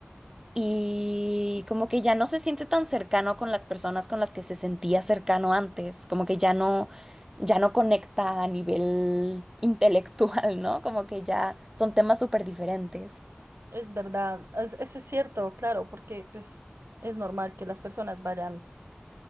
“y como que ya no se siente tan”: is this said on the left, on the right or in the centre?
Right